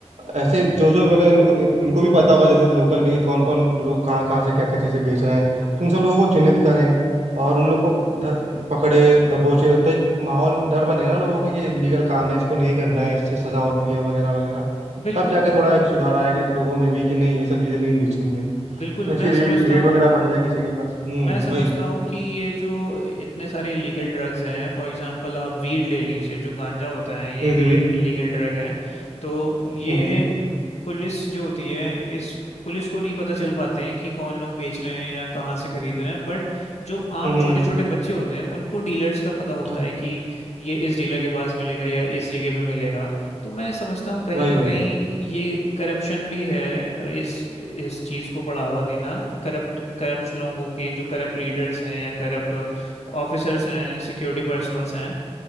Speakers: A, on the right; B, on the left.
A: ऐसे जो जो मतलब इनको इनको भी पता होगा जैसे लोकल में कि कौन कौन लोग कहाँ कहाँ से क्या क्या चीज़ें बेच रहे हैं तो उन सब लोगों को चिन्हित करें और उन लोग को ध- पकड़े दबोचे तब तक एक माहौल डर बनेगा ना लोगों को ये इलीगल काम है इसको नहीं करना है इससे सजा होती है वगैरह वगैरह
B: बिल्कुल
A: तब जाके थोड़ा एक सुधार आएगा लोगों में भी कि नहीं ये सब चीज़ें नहीं बेचनी है
B: बिल्कुल
A: तो ऐसी
B: मैं
A: रेड
B: समझता
A: रेड
B: हूँ
A: वगैरह पड़ जाए किसी के पास हम्म
B: मैं समझता
A: वही
B: हूँ कि ये जो इतने सारे इलीगल ड्रग्स हैं फॉर एग्जांपल आप वीड ले लीजिए जो गांजा होता है ये
A: हम्म
B: एक इलीगल ड्रग है तो ये
A: हम्म
B: पुलिस जो होती है इस पुलिस को नहीं पता चल पाते हैं कि कौन लोग बेच रहे हैं या कहाँ से खरीद रहे हैं बट जो आम
A: हम्म
B: छोटे छोटे बच्चे होते हैं उनको डीलर्स का पता होता
A: अ,
B: है कि ये इस डीलर के पास मिलेगा या इस जगह पे मिलेगा तो मैं समझता हूँ कहीं
A: वही
B: ना
A: वही
B: कहीं ये करप्शन भी है इस इस चीज को बढ़ावा देना करप्ट करप्ट लोगों के जो करप्ट लीडर्स हैं या करप्ट ऑफिसर्स हैं सिक्योरिटी पर्सनल्स हैं